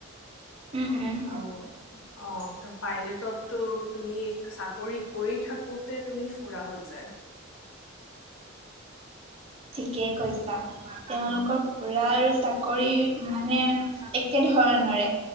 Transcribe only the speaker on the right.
উম, উম।
ঠিকেই কৈছা। তেওঁলোকৰ ফুৰা আৰু চাকৰি মানে একে ধৰণৰে।